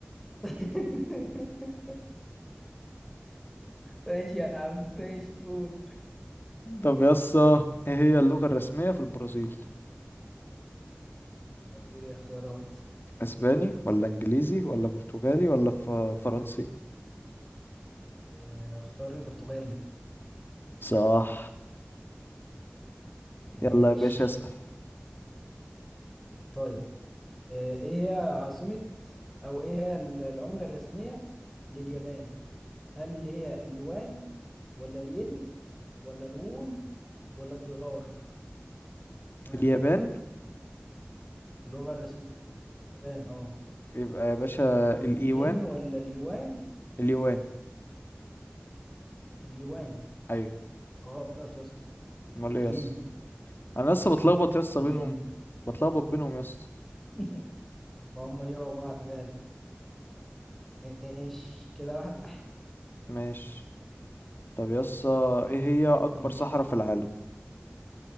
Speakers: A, in the centre; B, on the left.
A: <laughs> ماشي يا عم ماشي قول
B: طب يسا ايه هي اللغة الرسمية في البرازيل
A: قول لي الاختيارات
B: اسباني ولا انجليزي ولا برتغالي ولا ف- فرنسي
A: آه، اختار البرتغالي
B: صح
A: ماشي
B: يلا يا باشا اسأل
A: طيب آه، ايه هي عاصمة او ايه هي ال- العملة الرسمية لليابان هل هي اليوان ولا الين ولا الوون ولا الدولار ها
B: اليابان
A: اللغة الرسمية اليابان اه
B: يبقى يا باشا الايوان
A: الين ولا اليوان
B: اليوان
A: اليوان
B: ايوه
A: غلط يا اسطى
B: امال
A: الين
B: ايه يسا انا لسه بتلخبط يسا
A: الين
B: بينهم بتلخبط بينهم يسا
A: <laughs> ما هم جوا بعض فعلا ايش كده واحد واحد.
B: ماشي طب يسا ايه هي اكبر
A: ماشي
B: صحراء في العالم